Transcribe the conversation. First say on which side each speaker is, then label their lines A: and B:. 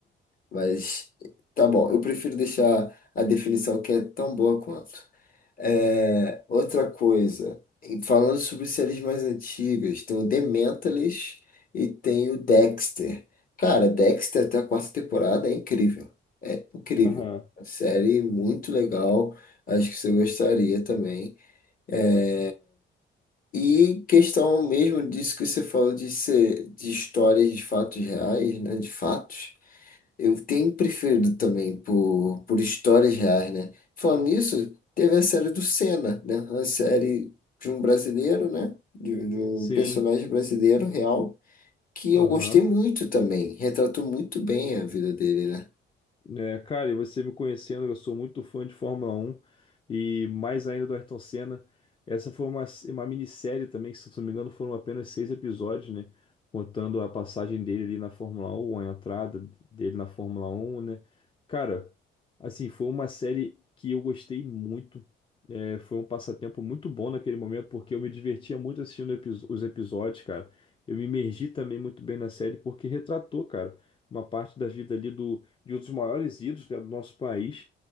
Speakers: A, on the left; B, on the left.
A: Mas tá bom, eu prefiro deixar a definição que é tão boa quanto. É, outra coisa, e falando sobre séries mais antigas, tem o The Mentalist e tem o Dexter. Cara, Dexter até a quarta temporada é incrível. É incrível.
B: aham.
A: A série muito legal. Acho que você gostaria também. É, E questão mesmo disso que você falou de ser de histórias de fatos reais, né? De fatos. Eu tenho preferido também por, por histórias reais, né? Falando nisso, teve a série do Senna, né? A série de um brasileiro, né? De, de um
B: Sim.
A: personagem brasileiro real, que
B: Aham.
A: eu gostei muito também. Retratou muito bem a vida dele, né?
B: É, cara, e você me conhecendo, eu sou muito fã de Fórmula 1 e mais ainda do Ayrton Senna. Essa foi uma, uma minissérie também, que se eu não me engano foram apenas seis episódios, né? Contando a passagem dele ali na Fórmula 1, a entrada dele na Fórmula 1, né? Cara, assim, foi uma série que eu gostei muito. É, foi um passatempo muito bom naquele momento, porque eu me divertia muito assistindo episo- os episódios, cara. Eu me imergi também muito bem na série, porque retratou, cara uma parte da vida ali de um dos maiores ídolos, né, do nosso país.